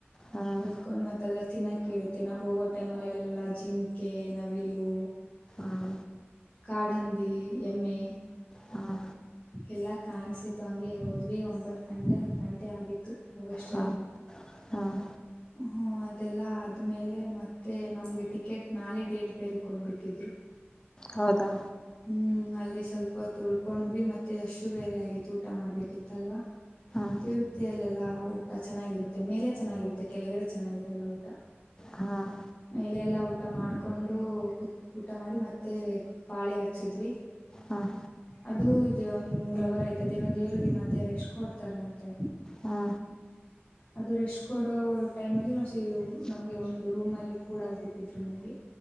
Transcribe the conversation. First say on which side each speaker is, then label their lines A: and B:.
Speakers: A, on the left (about 15°); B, on the left (about 35°).
A: ಹ್ಮ್
B: ಎದಕೊಂಡು ಮತ್ತಲ್ಲ ತಿನ್ನೋಕ ಇರುತ್ತೆ ನಾವು ಹೋಗೋ ಟೈಮ್ ಅಲ್ಲಲ್ಲೆಲ್ಲ ಜಿಂಕೆ ನವಿಲು
A: ಹ್ಮ್
B: ಕಾಡಂದಿ ಎಮ್ಮೆ
A: ಹಾ
B: ಎಲ್ಲ ಕಾಣಸತ್ತು ಹಂಗೆ ಹೋದ್ವಿ ಒಂಬತ್ ಗಂಟೆ ಹತ್್ ಗಂಟೆ ಆಗಿತ್ತು ಹೋಗಷ್ಟಲ್ಲಿ
A: ಹ್ಮ್
B: <inaudible>
A: ಹ್ಮ್
B: ಹ್ಮ ಅದೆಲ್ಲಾ ಆದ್ಮೇಲೆ ಮತ್ತೆ ನಮ್ಗೆ ಟಿಕೆಟ್ ನಾಳೆ ಡೇಟ್ ಬೇರೆ ಕೊಟ್ಬಿಟ್ಟಿದ್ರು
A: ಹೌದಾ
B: ಹ್ಮ್ ಅಲ್ಲಿ ಸ್ವಲ್ಪ ತುಳ್ಕೊಂಡ್ವಿ ಮತ್ತೆ ಅಷ್ಟು ಬೇರೆ ಆಗಿತ್ತು ಊಟ ಮಾಡ್ಬೇಕಿತ್ತಲ್ವಾ
A: ಹ್ಮ್
B: ತಿರುಪ್ತಿಯಲ್ಲೆಲ್ಲಾ ಊಟ ಚೆನ್ನಾಗಿರುತ್ತೆ ಮೇಲೆ ಚೆನ್ನಾಗಿರುತ್ತೆ ಕೆಳಗಡೆ ಚೆನ್ನಾಗಿರಲ್ಲ ಊಟ
A: ಹ್ಮ್
B: ಮೇಲೆ ಎಲ್ಲ ಊಟ ಮಾಡಕೊಂಡು ತ್ ಊಟ ಮಾಡಿ ಮತ್ತೆ ಪಾಳೆಗ ಹಚ್ಚಿದ್ವಿ
A: ಹ್ಮ್
B: ಅದು ಒಂದ್ ಮೂರ್ ಅವರ್ ಆಯ್ತದ ಏನೋ ದೇವ್ರರಿಗೆ ಮಧ್ಯಹ ರ ಎಷ್ಟ್ ಕೊಡ್ತಾರಂತೆ
A: ಹ್ಮ
B: ಅದು ರೆಸ್್ ಕೊಡೋ ಟೈಮ್ ಅಲ್ಲಿ ನಾವು ನಮ್ಗೆ ಒಂದು ರೂಮ್ ಅಲ್ಲಿ ಕೂಡ ಆಗ ಬಿಟ್ಟಿದ್ರು ನಮ್ಗೆ